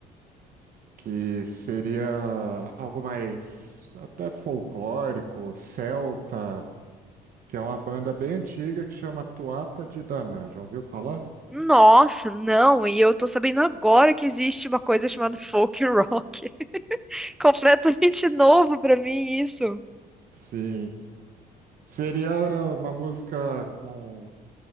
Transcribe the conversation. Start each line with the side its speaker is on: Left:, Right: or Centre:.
Right: Que seria algo mais até folclórico, celta, que é uma banda bem antiga que chama Tuatha de Danann. Já ouviu falar?
Centre: Nossa, não, e eu tô sabendo agora que existe uma coisa chamada folk rock. <laughs> Completamente novo pra mim isso.
Right: Sim. Seria uma música com